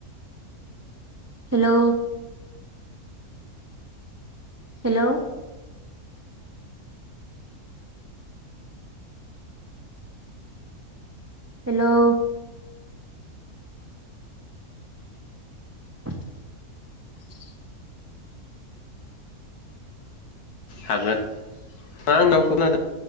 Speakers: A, on the right; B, on the left.
A: हेलौ हेलौ हेलौ <inaudible>
B: हागोन मा आंनाव खोनादों